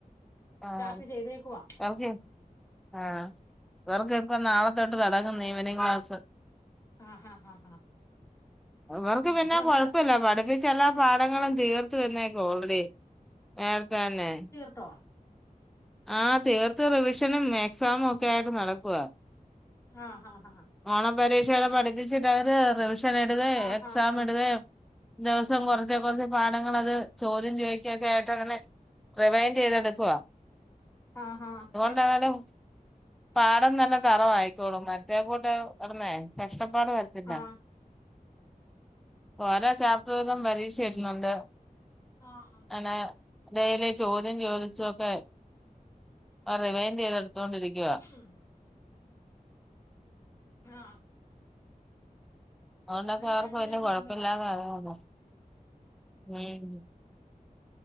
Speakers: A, in the centre; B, on the left (about 20°).
A: ആഹ്‌
B: സ്റ്റാർട്ട് ചെയ്തേക്കുവാ
A: ർക്കിക്ക് ആ ഇവർക് ഇപ്പ നാളെത്തോട്ട് തടങ്ങുന്ന ഇവനിംഗ് ക്ലാസ്
B: ആ ഹാ ഹാ ഹാ
A: അവർക്ക്
B: ആ
A: പിന്നെ
B: ഇവിടെ
A: കൊഴപ്പില്ല
B: ഉണ്ട്
A: പഠിപ്പി ചെലപാടങ്ങളും തീർത്ത വന്നേക്കോ ഓൾറെഡി നേരത്തെ തന്നെ.
B: ട്ടോ
A: ആ തീർത്ത് റിവിഷനും എക്സാമുക്കെ ആയിട്ട് നടകുവ
B: ആഹ ഹ ഹ
A: ഓണ പരീക്ഷടെ പഠിപ്പിച്ചിട്ട് അവരെ റിവിഷൻ ഇടുകെ
B: ആ
A: എക്സാം
B: ഹാ ഹാ
A: ഇടുകെ സം കുറച് കുറച് പാഠങ്ങങ്ങളത് ചോദ്യം ചോദിക്കൊക്കെ ആയിട്ടങ്ങനെ റീവൈൻഡ് ചെയ്തെടുക്കുവാ
B: ആഹ്‌ ആഹ്‌
A: ലാലൗ പാടം നല്ല തറവായിക്കോളും മറ്റേ ലൗ അട്ന്നേ കഷ്ടപ്പാട് വരത്തില്ല
B: ആ
A: ഓരോ ചാപ്റ്റർ വീതം പരീക്ഷ ഇടുന്നുണ്ട്
B: ആഹ്
A: അനെയ ഡയലി ചോദ്യം ചോദിച്ചും ഒക്കെ അ റിവൈന്റ് യിത് ഏടുത്തോണ്ടിരിക്കു
B: ഉം ആ
A: അതണ്ടക്കെ
B: ഇവിടെയും
A: അവർക്ക്
B: രണ്ടു
A: വലിയ
B: നേരവും
A: കൊഴപ്പില്ലാന്ന
B: ഉണ്ട് ക്ലാസ്
A: <unintelligible> ഹ്മ്മ്